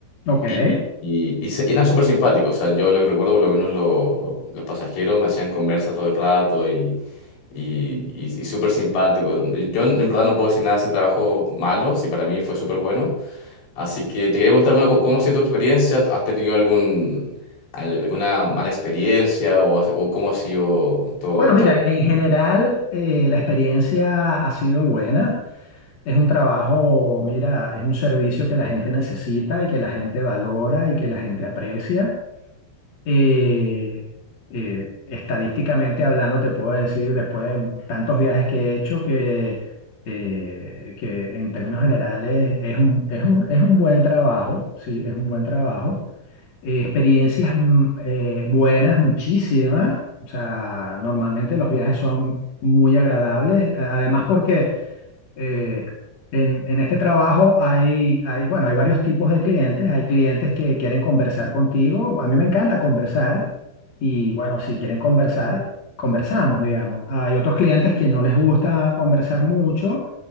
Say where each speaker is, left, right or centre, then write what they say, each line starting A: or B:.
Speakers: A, on the left; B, on the left.
A: Ok.
B: Y, y- y se- eran súper simpáticos. O sea, yo lo que recuerdo, por lo menos lo- los pasajeros me hacían conversa todo el rato y, y, y- y súper simpáticos. Yo en verdad no puedo decir nada de ese trabajo malo, si para mí fue súper bueno. Así que te quería preguntar, bueno, ¿cómo, cómo ha sido tu experiencia? ¿Has tenido algún, alguna mala experiencia o, has- o cómo ha sido todo,
A: Bueno, mira,
B: todo?
A: en general eh, la experiencia ha sido buena. Es un trabajo, mira, es un servicio que la gente necesita y que la gente valora y que la gente aprecia. Eh, eh, estadísticamente hablando, te puedo decir, después de tantos viajes que he hecho, que, eh, que en términos generales es un, es un, es un buen trabajo, sí, es un buen trabajo eh, experiencias mm, eh, buenas, muchísimas. O sea, normalmente los viajes son muy agradables. a- Además, porque eh, en, en este trabajo hay, hay, bueno, hay varios tipos de clientes. Hay clientes que quieren conversar contigo. A mí me encanta conversar. Y bueno, si quieren conversar, conversamos, digamos. Hay otros clientes que no les gusta conversar mucho